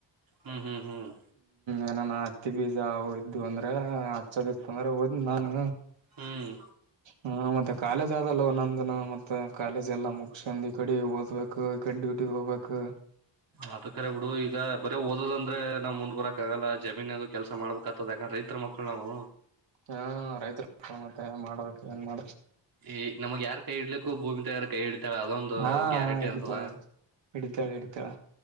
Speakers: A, on the right; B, on the right.
A: ಹ್ಮ್ ಹ್ಮ್ ಹ್ಮ್
B: ಏನಾನ ಹತ್ತಿ ಬೀಜ ಅವು ಇದ್ವುಅಂದ್ರೆ ಹಚ್ಚದಿತಂದ್ರ ಹೊತಿ ನಾನ
A: ಹ್ಮ್
B: ಹಾ ಮತ್ತೆ ಕಾಲೇಜ್ ಆದಲ್ಲೋ ನಂದು ಮತ್ತು ಕಾಲೇಜೆಲ್ಲ ಮುಗಸಂದು ಈ ಕಡೆ ಓದ್ಬೇಕು ಈ ಕಡೆ ಡ್ಯೂಟಿಗೆ ಹೋಗ್ಬೇಕು
A: ಅದ ಕರೆ ಬಿಡು ಈಗ ಬರೀ ಓದೋದಂದ್ರೆ ನಾವ್ ಮುಂದ್ ಬರಕ್ ಆಗಲ್ಲ ಜಮೀನಗು ಕೆಲಸ ಮಾಡ್ಬೇಕ್ ಆತದ ಯಾಕಂದ್ರೆ ರೈತ ಮಳ್ಕು ನಾವು
B: ಹಾ ರೈತರು <unintelligible> ಮತ್ತೆ ಮಾಡಬೇಕು ಏನ್ <unintelligible>
A: ಈ ನಮಗ್ ಯಾರ್ ಕೈ ಇಡ್ಲಕು ಭೂಮಿ ತಾಯಿ ಯಾರ ಕೈ <unintelligible> <unintelligible> ಅದೊಂದು
B: ಹಾ
A: ಗ್ಯಾರಂಟಿ
B: ಹಿಡಿತಾಳೆ
A: ಇರ್ತದ
B: ಹಿಡಿತಾಳೆ ಹಿಡಿತಾಳ